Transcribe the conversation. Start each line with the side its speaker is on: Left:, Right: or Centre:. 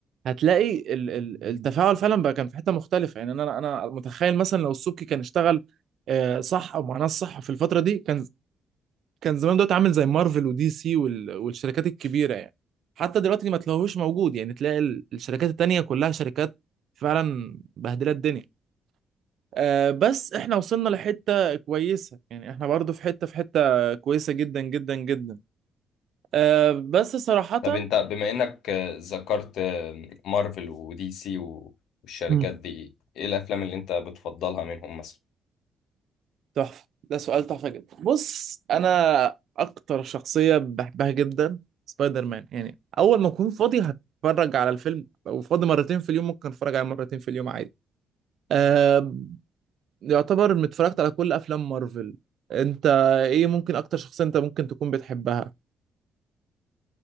Right: هتلاقي ال- ال- التفاعل فعلا بقى كان في حتة مختلفة يعني أنا أنا متخيل مثلا لو السبكي كان اشتغل آه، صح او مع ناس صح في الفتره دي كان كان زمان دلوقتي عامل زي مارفل ودي سي وال... والشركات الكبيره يعني حتى دلوقتي ما تلاقوهوش موجود يعني تلاقي ال- الشركات التانية كلها شركات فعلا بهدلة الدنيا آه بس احنا وصلنا لحتة كويسة يعني احنا برضو في حتة في حتة كويسة جدا جدا جدا آه بس صراحة
Left: طب انت بما انك آه، ذكرت آه، مارفل ودي سي و- والشركات
Right: مم.
Left: دي ايه الافلام اللي انت بتفضلها منهم مثلا
Right: تحفة ده سؤال تحفة جدا بص أنا أكتر شخصية بحبها جدا سبايدر مان يعني أول ما أكون فاضي هتفرج على الفيلم لو فاضي مرتين في اليوم ممكن أتفرج عليه مرتين في اليوم عادي آه يعتبر اتفرجت على كل افلام مارفل انت ايه ممكن اكتر شخصية انت ممكن تكون بتحبها